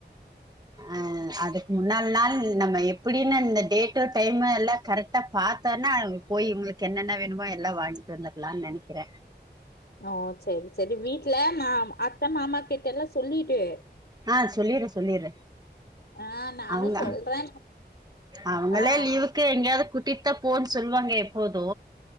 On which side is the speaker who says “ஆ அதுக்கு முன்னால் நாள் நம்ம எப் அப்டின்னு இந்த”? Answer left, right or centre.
Right